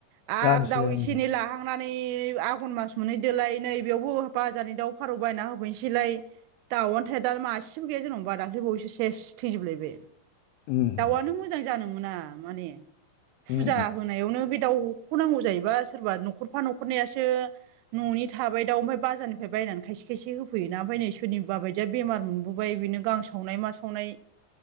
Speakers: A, on the right; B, on the left.
A: आरो
B: जानोसैलाय
A: दाउ
B: उम
A: इसे एनै लाहां थांनानै आघन मास मोनहैदोलाय नै बेयावबो बाजारनि दाउ फारौ बायना होफैनोसैलाय। दाउआनो थाया दा मासेबो गैया जेनेबा दाखालिबावैसो सेस थैजोबलाय।
B: उम
A: दाउआनो मोजां जानो मोना माने फुजा
B: उम
A: होनायावनो बे दाउ नख' नांगौ जायोबा सोरबा न'खरफा न'खरनिासो न'नि थाबाय दाउ ओमफफ्राय बाजारनिफ्राय बायनानै खायसे खेसे होफैयोना ओमफ्राय नै सोरनिबाबायदिया बेमार मोनबोबाय बिनो गांसावनाय मा सावनाय